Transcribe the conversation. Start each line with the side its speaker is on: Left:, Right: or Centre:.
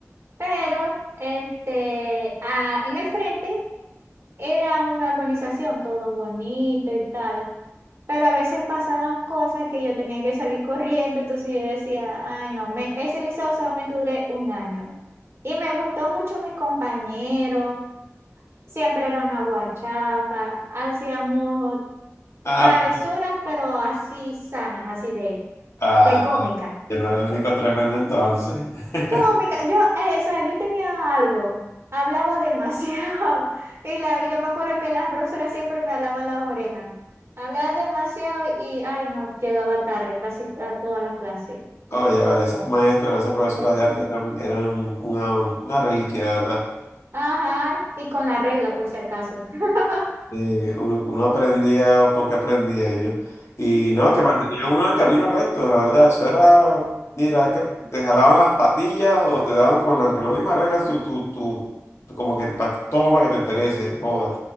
Right: Pero este, a- en el frente era una urbanización, todo bonito y tal. Pero a veces pasaban cosas que yo tenía que salir corriendo, entonces yo decía, ay no, me, ese liceo solamente duré un año. Y me gustó mucho mis compañeros, siempre era una guachafa, hacíamos
Left: Ah,
Right: travesuras,
Left: pero-
Right: pero así sanas, así de,
Left: ah,
Right: de cómica.
Left: yo no era el único tremendo entonces. <laughs>
Right: Cómica, yo, eh, o sea, yo tenía algo, hablaba demasiado <laughs> y la, yo me acuerdo que las profesoras siempre me alaban las orejas. Hablaba demasiado y, ay no, llegaba tarde casi a todas las clases.
Left: Oye, vale, esas maestras o esas profesoras de antes eran, eran una, una reliquia, de verdad.
Right: Ajá, y con la regla por si acaso. <laughs>
Left: eh u- uno aprendía porque aprendía y yo. Y no,
Right: Sí,
Left: que mantenía uno el camino recto, la verdad. Eso era, mira, que te jalaban las patillas o te daban con la, la misma regla, tu, tu, tu- como que pa- toma para que te interese. no joda.